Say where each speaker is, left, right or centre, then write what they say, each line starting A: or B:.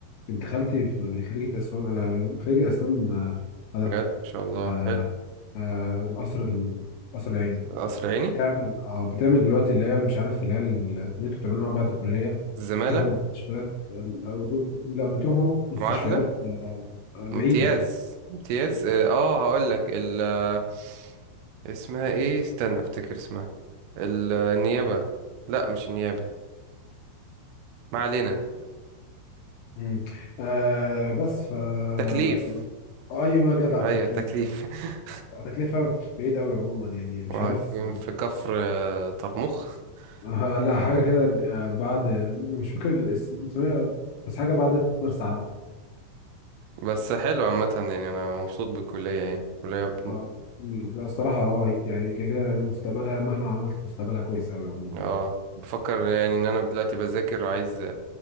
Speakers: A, on the left; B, on the right.
A: بنت خالتي في خريجه اسنان آه خريجه اسنان آه هذا
B: بجد ما شاء الله
A: آه
B: حلو
A: آه قصر ال- قصر العيني
B: قصر عيني
A: بتعمل آه بتعمل دلوقتي اللي هي مش عارف اللي هي ال- اللي انتوا بتعملوها بعد الكليه
B: الزمالة
A: بتروحوا مستشفيات لا ب- لا، بتروحوا مستشفيات
B: معادلة
A: آه بعيده
B: امتياز امتياز اه آه، هقول لك ال آه، اسمها ايه استنى افتكر اسمها ال- آه، النيابة لا مش النيابة ما علينا
A: مم. آه بس ف ايوه
B: تكليف
A: أيوة، جدع
B: ايوه
A: التكليف
B: تكليف <laughs>
A: تكلفة بعيد قوي عموما يعني مش
B: هو
A: عارف
B: كان في كفر آه، طرمخ
A: آه لا
B: <laughs>
A: حاجة كده آه، بعد مش فاكر الاسم- اسمها بس حاجة بعد مرسى علم
B: بس حلو عامة يعني انا مبسوط بالكلية يعني الكلية
A: اه مم، لا الصراحة اه يعني كده كده مستقبلها مهما عملت مستقبلها كويس قوي عموما
B: اه
A: يعني
B: بفكر يعني ان انا دلوقتي بذاكر عايز